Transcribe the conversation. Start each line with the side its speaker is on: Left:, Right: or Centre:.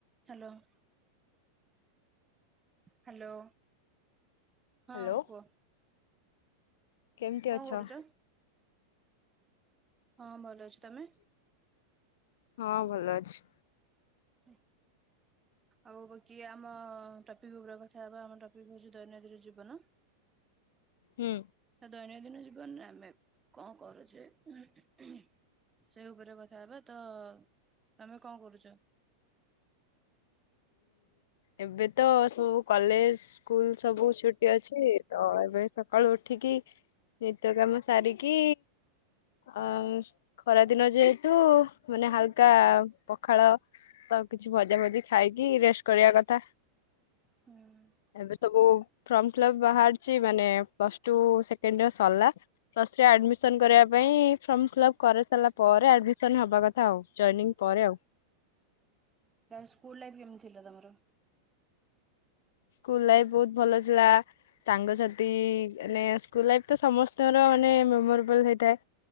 Right: Hello hello. ହଁ
Left: hello
Right: କୁହ।
Left: କେମିତି
Right: କଣ
Left: ଅଛ?
Right: କରୁଛ? ହଁ ଭଲ ଅଛି ତମେ?
Left: ହଁ ଭଲ ଅଛି।
Right: ହୁଁ। ଆଉ ବାକି ଆମ ଟପିକ ଉପରେ କଥା ହବା ଆମ ଟପିକ ହଉଛି ଦୈନନ୍ଦିନ ଜୀବନ।
Left: ହୁଁ।
Right: ତ ଦୈନନ୍ଦିନ ଜୀବନରେ ଆମେ କଣ କରୁଛେ ଉହୁ ସେଇ ଉପରେ କଥା ହେବା ତ ଆମେ କଣ କରୁଚ?
Left: ଏବେ ତ ସବୁ କଲେଜ ସ୍କୁଲ ସବୁ ଛୁଟି ଅଛି ତ ଏବେ ସକାଳୁ ଉଠିକି ନିତ୍ୟ କାମ ସାରିକି ଅ ଖରା ଦିନ ଯେହେତୁ ମାନେ ହାଲକା ପଖାଳ ତ କିଛି ଭଜା ଭଜି ଖାଇକି ରେଷ୍ଟ କରିଆ କଥା
Right: ହୁଁ
Left: ଏବେ ସବୁ ଫର୍ମ ଫିଲ୍ପ୍ ବାହାରିଛି ମାନେ ପ୍ଲସ୍ ଟୁ ସେକେଣ୍ଡ ଇଅର୍ ସାରିଲା ପ୍ଲସ ଥ୍ରି ଆଡ୍ମିଶନ୍ କରିବା ପାଇଁ ଫର୍ମ ଫିଲ୍ପ୍ କରି ସାରିଲା ପରେ ଆଡ୍ମିସନ୍ ହବା କଥା ଆଉ ଯଏନିଂ ପରେ ଆଉ।
Right: ସ୍କୁଲ ଲାଇଫ କେମିତି ଥିଲା ତମର?
Left: ସ୍କୁଲ ଲାଇଫ ବହୁତ ଭଲ ଥିଲା ସାଙ୍ଗସାଥି ମାନେ ସ୍କୁଲ ଲାଇଫ ତ ସମସ୍ତଙ୍କର ମାନେ ମେମୋରେବଲ ହେଇଥାଏ